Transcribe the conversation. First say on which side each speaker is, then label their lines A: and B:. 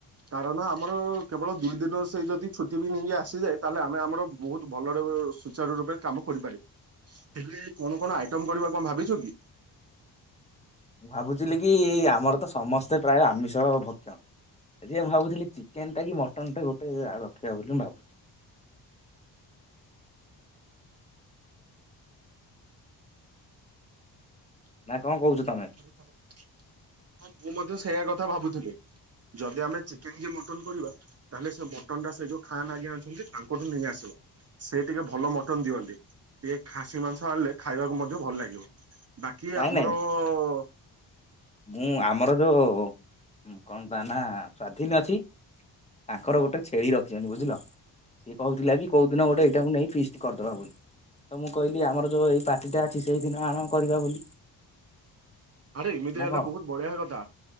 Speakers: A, on the right (about 35°); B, on the left (about 15°).
A: କାରଣ ଆମର କେବଳ ଦୁଇ ଦିନରେ ସେଇ ଯଦି ଛୁଟି ବି ନେଇକି ଆସିଯାଏ ତାହଲେ ଆମେ ଆମର ବହୁତ ଭଲରେ ସୁଚାର ରୂପରେ କାମ କରିପାରିବ ହେ କଣ କଣ ଆଇଟମ କରିବା କଣ ଭାବିଛୁ କି?
B: ମୁଁ ଭାବୁଥିଲି କି ଆମର ତ ସମସ୍ତେ ପ୍ରାୟ ଆମିଷ ଭକ୍ଷଣ ଏତିକି ମୁଁ ଭାବୁଥିଲି ଚିକେନ ଟା କି ମଟନ ଟା ଗୋଟେ ରଖିବା ବୋଲି ମୁଁ ଭାବୁଛି।
A: <unintelligible>
B: ନା କଣ କହୁଛ ତମେ?
A: ମୁଁ ମଧ୍ୟ ସେଇଆ କଥା ଭାବୁଥିଲି ଯଦି ଆମେ ଚିକେନ କି ମଟନ କରିବା ତାହେଲେ ସେ ମଟନ୍ଟା ସେ ଯଉ ଖାନ୍ ଆଜ୍ଞା ଅଛନ୍ତି ତାଙ୍କଠୁ ନେଇ ଆସିବା ସେ ଟିକେ ଭଲ ମଟନ ଦିଅନ୍ତି ଟିକେ ଖାସି ମାଂସ ଆଣିଲେ ଖାଇବାକୁ ମଧ୍ୟ ଭଲ ଲାଗିବ। ବାକି
B: ନାଇଁ
A: ଆମର
B: ନାଇଁ
A: ଓ
B: ମୁଁ ଆମର ଯୋଉ କଣ ତା ନା ସ୍ଵାଧୀନ ଅଛି ତାଙ୍କର ଗୋଟେ ଛେଳି ରଖିଛନ୍ତି ବୁଝିଲ ସିଏ କହୁଥିଲା କି କୋଉ ଦିନ ଗୋଟେ ଏଇଟାକୁ ନେଇ ଫିଷ୍ଟ କରିଦବା ବୋଲି ତ ମୁଁ କହିଲି ଆମର ଯୋଉ ଏଇ ପାର୍ଟିଟା ଅଛି ସେଇଦିନ ଆଣ କରିବା ବୋଲି।
A: ଆରେ ଏମିତି
B: ନା
A: ହେଲେ
B: କଣ?
A: ବହୁତ ବଢିଆ କଥା